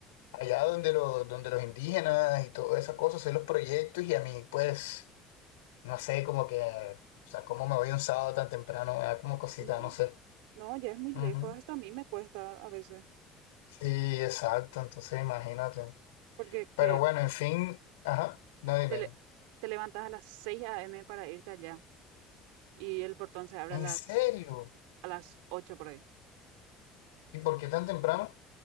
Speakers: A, on the left; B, on the right.
A: allá donde los, donde los indígenas y todas esas cosas, hacer los proyectos y a mí, pues, no sé, como que, o sea, cómo me voy un sábado tan temprano, me da como cosita,
B: No,
A: no sé.
B: no, ya es muy
A: Ujú.
B: lejos, hasta a mí me cuesta a veces,
A: Sí, exacto, entonces imagínate.
B: porque
A: Pero
B: Que
A: bueno, en fin, ajá, no dime.
B: te, le-
A: dime.
B: te levantas a las seis a. m. para irte allá y el portón se abre a
A: ¿En
B: las,
A: serio?
B: a las 8 por ahí.
A: ¿Y por qué tan temprano?